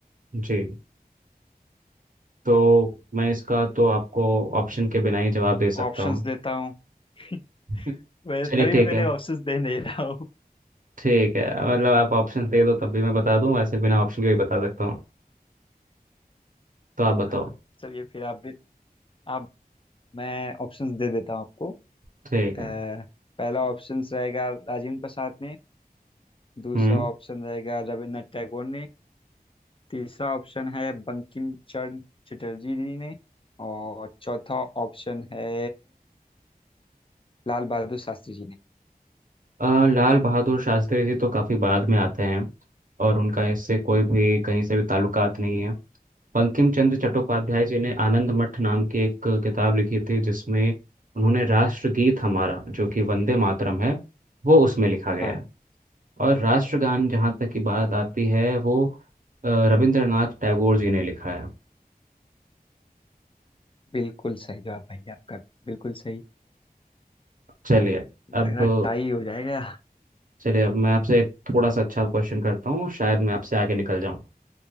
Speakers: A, on the right; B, on the left.
A: जी तो मैं इसका तो आपको ऑप्शन के बिना ही जवाब दे सकता
B: ऑप्शंस
A: हूँ
B: देता हूँ <laughs>
A: <laughs>
B: वै-
A: चलिए
B: तभी
A: ठीक
B: मैंने
A: है
B: ऑप्शंस दे नहीं रहा हूँ
A: ठीक है मतलब आप ऑप्शन दे दो तब भी मैं बता दूं वैसे बिना ऑप्शन के भी बता सकता हूँ तो आप बताओ
B: हाँ चलिए फिर आप भी आप मैं ऑप्शंस दे देता हूँ आपको
A: ठीक
B: अ,
A: है
B: पहला ऑप्शंस रहेगा राजेंद्र प्रसाद ने दूसरा
A: हम्म
B: ऑप्शन रहेगा रविन्द्रनाथ टैगोर ने तीसरा ऑप्शन है बंकिम चंद्र चटर्जी जी ने और चौथा ऑप्शन है लाल बहादुर शास्त्री जी ने
A: अ, लाल बहादुर शास्त्री जी तो काफ़ी बाद में आते हैं और उनका इससे कोई
B: हम्म,
A: भी कहीं से भी ताल्लुकात नहीं है बंकिम चंद्र चट्टोपाध्याय जी ने आनंद मठ नाम की एक किताब लिखी थी जिसमें उन्होंने राष्ट्रगीत हमारा जो कि वंदे मातरम है वो उसमें लिखा गया
B: हाँ
A: है और राष्ट्रगान जहाँ तक की बात आती है वो अ, रविंद्रनाथ टैगोर जी ने लिखा है
B: बिल्कुल सही जवाब भाई आपका बिल्कुल सही
A: चलिए अब
B: लग रहा टाई हो जाएगा
A: चलिए अब मैं आपसे एक थोड़ा सा अच्छा क्वेश्चन करता हूँ शायद मैं आपसे आगे निकल जाऊँ